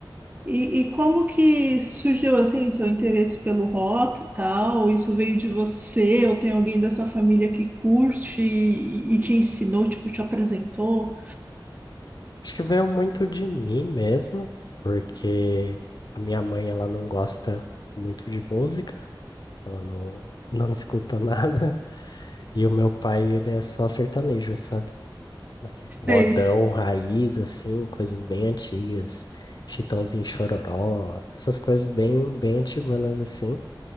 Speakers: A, on the right; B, on the left.
A: e, e como que surgiu assim seu interesse pelo rock e tal? Isso veio de você ou tem alguém da sua família que curte e, e te ensinou, tipo, te apresentou?
B: Acho que veio muito de mim mesmo, porque a minha mãe ela não gosta muito de música, ela não, não escuta <laughs> nada, e o meu pai ele é só sertanejo, sabe? Aqui,
A: Sei.
B: modão, raiz, assim, coisas bem antigas, Chitãozinho Chororó, essas coisas bem, bem antiguanas assim.